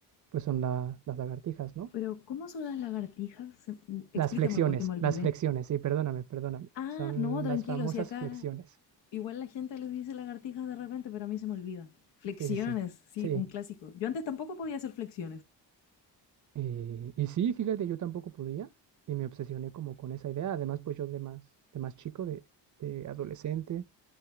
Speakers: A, on the right (about 45°); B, on the left (about 85°).
A: pues son la- las lagartijas, ¿no?
B: Pero, ¿cómo son las lagartijas? Se- mm, Explícame
A: Las flexiones,
B: porque me olvidé.
A: las flexiones, sí, perdóname, perdóname.
B: Ah,
A: Son
B: no, tranquilo,
A: las famosas
B: si acá
A: flexiones.
B: igual la gente les dice lagartijas de repente, pero a mí se me olvida. Flexiones,
A: Sí, sí, sí.
B: sí,
A: Sí,
B: un clásico. Yo antes tampoco podía hacer flexiones.
A: Eh, y sí, fíjate, yo tampoco podía y me obsesioné como con esa idea. Además, pues yo de más, de más chico, de, de adolescente,